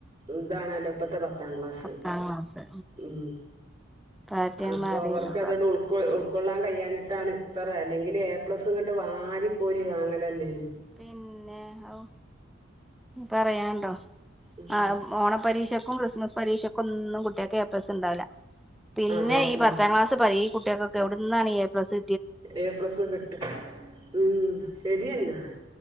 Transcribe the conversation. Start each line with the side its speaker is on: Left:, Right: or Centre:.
Right: ഇതാണല്ലോ ഇപ്പത്തെ പ ത്താം ക്ലാസ്സ്‌
Centre: പത്താം ക്ലാസ്
Right: ഉം
Centre: പാറ്റേൺ
Right: അപ്പൊ
Centre: മാറിന്ന്
Right: അവർക്കത്
Centre: പറഞ്ഞു
Right: ഉൾ ക്കൊ ഉൾക്കൊള്ളാൻ കയ്യാഞ്ട്ടാണ് ഇത്തറെ അല്ലെങ്കില് എ പ്ലസ് ഇങ്ങട്ട് വാരി കോരി വാങ്ങലെല്ലയ്ന്യോ
Centre: പിന്നെ അവു പറയാണ്ടൊ
Right: ഉം
Centre: ആ ഓണ പരീക്ഷക്കും ക്രിസ്മസ് പരീക്ഷയ്ക്കൊന്നും കു ട്ടെക്കെ എ പ്ലസ്സ് ണ്ടാവില്ല പിന്നെ
Right: അതെ
Centre: ഈ
Right: ഉം
Centre: പത്താം ക്ലാസ് പരി ഈ കുട്ടെകക്കൊ എട്ന്നാണി എ പ്ലസ്സ്
Right: എ പ്ലസ് കിട്ട് ഉം ശരിയെന്നാണ്.